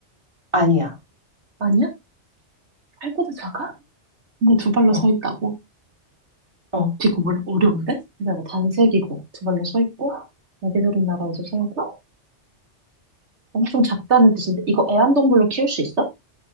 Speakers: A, on the right; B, on the right.
A: 아니야.
B: 아니야? 팔보다 작아? 근데 두 발로
A: 어,
B: 서 있다고?
A: 어,
B: 이거 뭘 어려운데? 근데 뭐 단색이고 두 발로 서 있고 날개조른 나라에서 살고 엄청 작다는 뜻인데 이거 애완동물로 키울 수 있어?